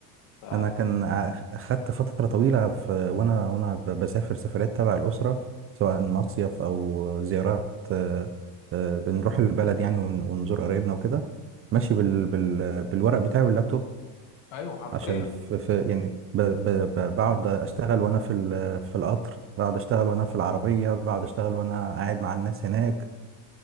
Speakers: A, on the left (about 65°); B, on the right (about 30°).
A: ف
B: انا كان ع- اخدت فترة طويلة في وانا وانا ب- بسافر سفرات تبع الأسرة سواء مصيف او زيارات آه، آه، بنروح البلد يعني ون- ونزور قرايبنا وكده ماشي بال... بال... بالورق بتاعي واللابتوب
A: ايوه حرفيا
B: عشان في, في يعني ب ب ب بقعد اشتغل وانا في ال- في القطر بقعد اشتغل وانا في العربيه بقعد اشتغل وانا قاعد مع الناس هناك